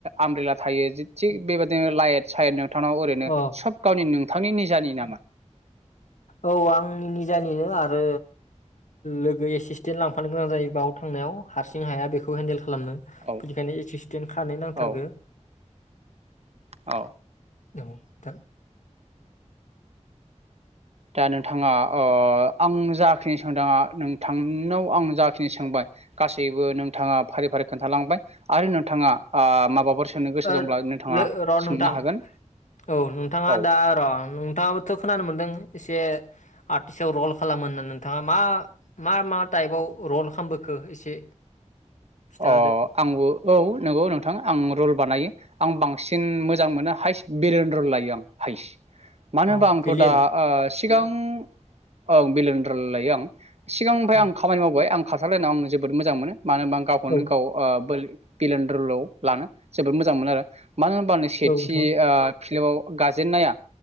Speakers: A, on the right; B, on the left.
A: आमब्रेला थायो थिग बेबायदिनो लायट सायत थानाव ओरैनो
B: औ अ
A: सब गावनि नोंथांनि निजानि नामा?
B: औ आंनि निजानिनो आरो लोगो एसिसटेन्ट लांफानो गोनां जायो बाव थांनायाव हारसिं हाया बेखौ हेन्देल खालामनो
A: औ
B: बेनिखायनो एक्सिसडेन्ट खानै नांथारगो
A: औ औ
B: औ दा
A: दा नोंथाङा अ आं जाखिनि सोंदाङा नोंथांनाव आं जाखिनि सोंबाय गासैबो नोंथाङा फारि फारि खोन्थालांबाय आरो नोंथाङा आ माबाफोर होननो गोसो
B: ओ
A: दंब्ला नोंथाङा
B: र'
A: सोंनो
B: नोंथां
A: हागोन
B: औ नोंथाङा
A: औ
B: दा र' नोंथाङाबोथ' खोनानो मोनदों एसे आर्टस्टआव रल खालामो होननानै नोंथाङा मा मा मा टाइपआव रल खालामबोखो खो एसे खिथादो
A: अ आंबो औ नंगौ नोंथां आं रल बानायो आं बांसिन मोजां मोनो हाइस बिरेन रल लायो आं हाइस मानो
B: अ
A: होनबा आंथ'
B: भिलियन
A: दा ओ सिगांं ओं बिलेन रल लायो आं सिगांनिफ्राय
B: औ
A: आं खामानि मावबाय आं खारसारलायनायाव आं जोबोद मोजां मोनो मानो होनबा आं गावखौनो
B: औ
A: गाव ओ बोल बिलेन रलाव लानो जोबोद मोजां मोनो आरो मानो होनबा आं सेथि
B: नोंथां
A: आ फिल्माव गाजेनन्नाया